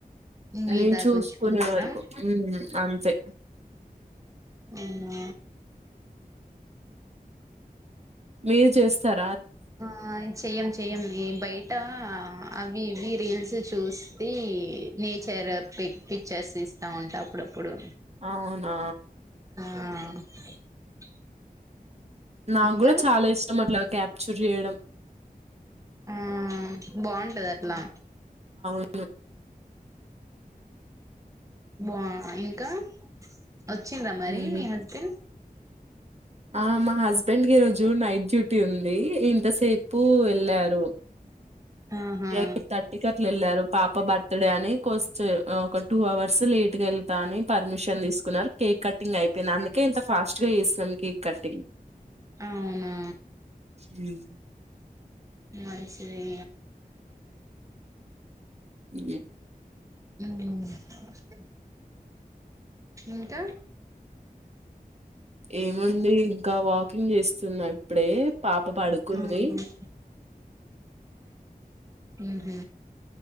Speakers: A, on the right (about 20°); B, on the right (about 45°).
A: మీ
B: నేను
A: దా
B: చూసుకునే
A: ఉంచుకుంటారా
B: వరకు ఉమ్, అంతే
A: అవునా
B: మీరు చేస్తారు
A: ఆ చెయ్యం చెయ్యం న బయట అవివి రీల్స్ చూస్త నేచర్ పి పిక్చర్స్ ఇస్తా ఉంటా అప్పుడప్పుడు
B: అవునా
A: ఆ
B: నాకు
A: ఇంకా
B: కూడా చాలా ఇష్టం అట్లా క్యాప్చర్ చేయడం
A: ఆ బాగుంటది అట్లా
B: అ
A: బా ఇంకా వచ్చింద్రా మరి
B: మ్మ్
A: మీ హస్బెండ్
B: ఆ మా హస్బెండ్కి రోజు నైట్ డ్యూటీ ఉంది ఇంతసేపు వెళ్లారు
A: ఆహా
B: ఎటి కట్లరు పాప బర్త్ డే అని కొ ఒక టూ అవర్స్ లేట్ గా వెళ్తా అని పర్మిషన్ తీసుకున్నారు కేక్ కటింగ్ అయిపోయిన అందుకే ఇంత ఫాస్ట్ గా చేేస్తుంకిక్ కట్టింగ్
A: అవునా
B: హ్మ్.
A: మనంచిదే
B: ఉ
A: ఉ ఇంకా
B: ఏముంది ఇంకా వాకింగ్ చేస్తున్నాయి ఇప్పుడే పాప పడుకుంది
A: ఉమ్, ఉ